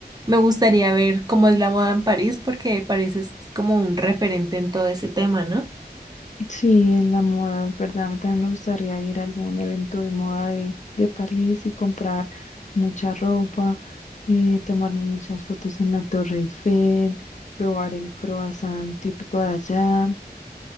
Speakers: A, on the right (about 25°); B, on the left (about 45°).
A: Me gustaría ver cómo es la moda en París, porque París es como un referente en todo ese tema, ¿no?
B: sí, en la moda, es verdad. A mí también me gustaría ir a algún evento de moda de, de París y comprar mucha ropa, eh, tomarme muchas fotos en la Torre Eiffel, probar el croissant típico de allá.